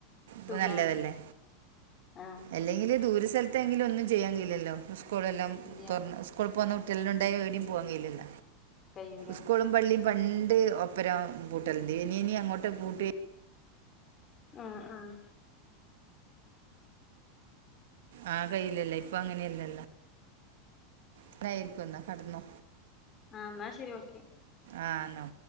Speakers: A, on the right; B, on the left.
A: പ്പനല്ലതല്ലേ
B: സുഖാണ് ആഹ്
A: എല്ലെങ്കിലേ ദൂരസൽത്തേങ്കിലൊന്നും ചെയ്യാൻ കയ്‌ലല്ലോ സ്കൂളെല്ലാം
B: ഇല്ല്യ
A: തൊർന്ന സ്കൂൾ പോന്ന കുട്ട്യേൾന്നെ ണ്ടായ ഏടിം പ്യുആൻ കയ്ലല്ല
B: കയ്യൂല
A: സ്ക്കൂളും വള്ളി പണ്ട് ഒപ്പരാം പൂട്ടല്ണ്ട് എനി എനി അങ്ങോട്ട് പൂട്ടി
B: ആഹ് ആഹ്
A: ആഹ് കയ്ലല്ലേ ഇപ്പ അങ്ങനെല്ലല്ലാ ന്തായിരിക്കുന്ന കടന്നോ
B: ആഹ് ന്നാശരി ഓക്കെ
A: ആഹ് ന്നോ